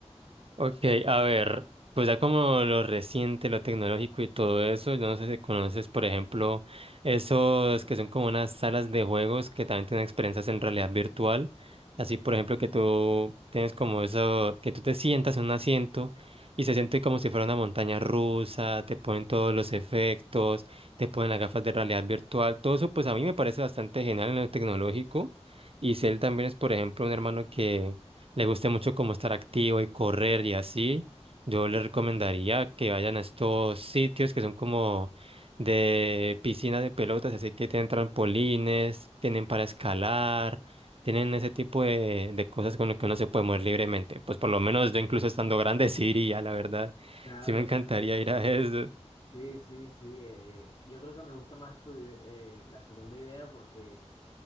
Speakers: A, on the right; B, on the left.
A: Ok, a ver, pues ya como lo reciente, lo tecnológico y todo eso, yo no sé si conoces, por ejemplo, esos que son como unas salas de juegos que también tienen experiencias en realidad virtual. Así, por ejemplo, que tú tienes como eso, que tú te sientas en un asiento y se siente como si fuera una montaña rusa, te ponen todos los efectos, te ponen las gafas de realidad virtual, todo eso, pues a mí me parece bastante genial en lo tecnológico. Y Cell también es, por ejemplo, un hermano que le guste mucho como estar activo y correr y así, yo le recomendaría que vayan a estos sitios que son como de piscina de pelotas, así que tienen trampolines, tienen para escalar, tienen ese tipo de, de cosas con las que uno se puede mover libremente. Pues por lo menos yo incluso estando grande <laughs> sí iría, la verdad.
B: Claro,
A: Sí me encantaría
B: no, sí,
A: ir a eso.
B: sí, sí, sí, eh, yo creo que me gusta más tu, ide- eh, la segunda idea porque...